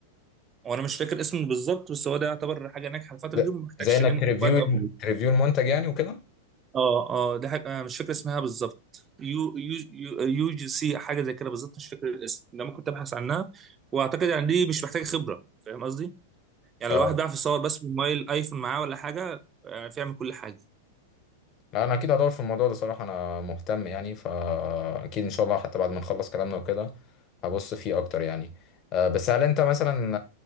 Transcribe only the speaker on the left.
زي
زي انك
تريفيو
تريفيو المنتج يعني وكده
اه
لا انا اكيد هدور في الموضوع ده صراحه انا مهتم يعني فاكيد ان شاء الله حتى بعد ما نخلص كلامنا وكده هبص فيه اكتر يعني آه، بس هل انت مثلا